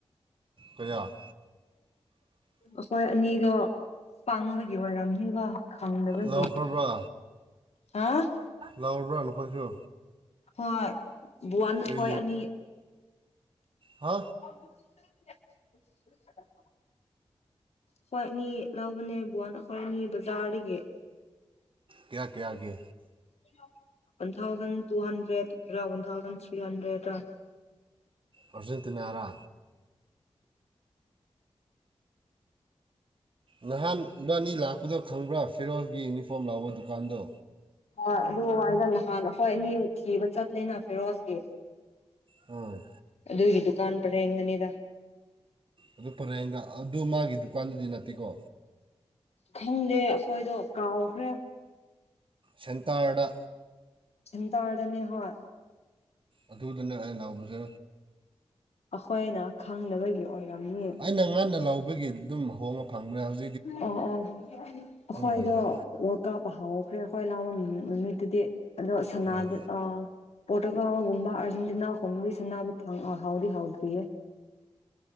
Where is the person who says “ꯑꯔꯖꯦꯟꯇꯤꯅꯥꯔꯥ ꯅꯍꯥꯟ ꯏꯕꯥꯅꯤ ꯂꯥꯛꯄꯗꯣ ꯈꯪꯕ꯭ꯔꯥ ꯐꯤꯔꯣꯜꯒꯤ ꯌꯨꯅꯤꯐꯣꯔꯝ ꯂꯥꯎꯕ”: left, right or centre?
Right